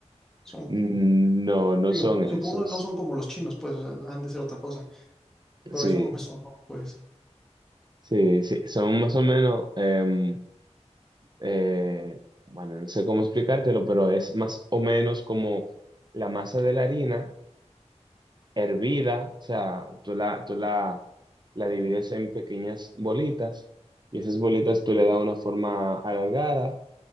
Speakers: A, in the centre; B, on the right (about 40°).
A: son,
B: Mm, No, no
A: digo,
B: son esos.
A: supongo que no son como los chinos, pues o sea, han de ser otra cosa. Pero
B: Sí,
A: eso me sonó, pues.
B: sí, sí. Son más o menos, em, eh, bueno, no sé cómo explicártelo, pero es más o menos como la masa de la harina hervida, o sea, tú la, tú la, la divides en pequeñas bolitas y esas bolitas tú le das una forma alargada